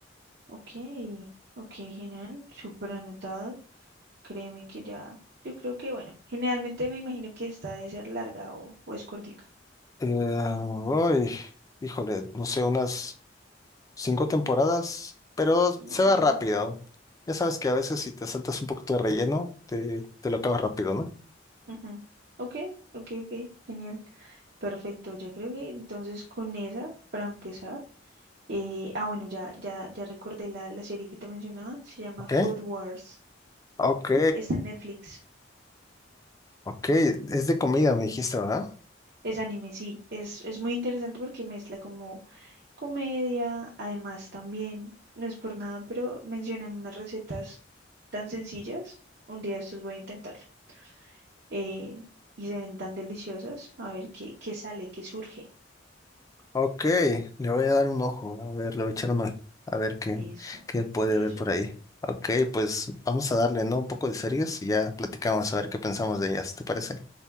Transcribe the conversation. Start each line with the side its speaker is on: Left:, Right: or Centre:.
Right: Ok, ok, genial, súper anotado. Créeme que ya, yo creo que, bueno, generalmente me imagino que esta debe ser larga o, o es cortica.
Left: Eh, uy, híjole, no sé, unas cinco temporadas, pero
Right: No,
Left: se va
Right: ok.
Left: rápido. Ya sabes que a veces si te saltas un poquito de relleno, te, te lo acabas rápido, ¿no?
Right: ujú. Ok, ok, ok, genial, perfecto. Ya creo que entonces con esa, para empezar, eh, ah, bueno, ya, ya, ya recordé la, la serie que te mencionaba, se llama
Left: Ok,
Right: Food Wars,
Left: ok,
Right: está en Netflix,
Left: ok. Es de comida, me dijiste, ¿verdad?
Right: es anime, sí, es, es muy interesante porque mezcla como comedia, además también, no es por nada, pero mencionan unas recetas tan sencillas. Un día de estos voy a intentarlo. eh, y se ven tan deliciosas. A ver qué, qué sale, qué surge.
Left: Ok, le voy a dar un ojo. A ver, le voy a echar un ojo. A ver qué,
Right: Eso,
Left: qué puede
Right: eso.
Left: ver por ahí. Ok, pues vamos a darle, ¿no? Un poco de series y ya platicamos a ver qué pensamos de ellas, ¿te parece?